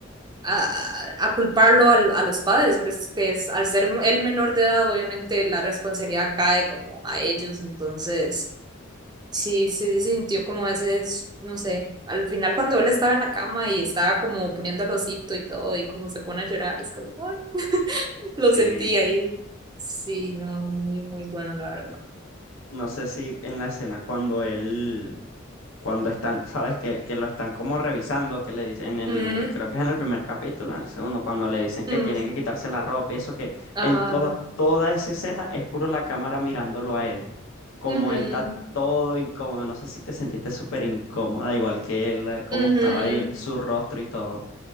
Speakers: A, on the right; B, on the left.
A: a, a- a culparlo al- a, los padres, pero es que es, al ser el menor de edad, obviamente la responsabilidad cae como a ellos. Entonces, sí, sí se sintió como ese, es- no sé, al final cuando él estaba en la cama y estaba como poniendo el osito y todo, y como se pone a llorar, es como, ay, lo
B: Sí.
A: sentí ahí. Sí, no, muy, muy bueno, la verdad.
B: No sé si en la escena cuando él, cuando están, sabes que, que lo están como revisando, que le dicen en el,
A: Mm,
B: creo que es en el primer capítulo, en el segundo, cuando le dicen que
A: mm.
B: tiene que quitarse la ropa y eso que
A: Ajá.
B: en toda, toda esa escena es puro la cámara mirándolo a él, como
A: Ujú,
B: él está todo incómodo, no sé si te sentiste súper incómoda, igual que él, eh, como
A: ujú.
B: estaba ahí, su rostro y todo.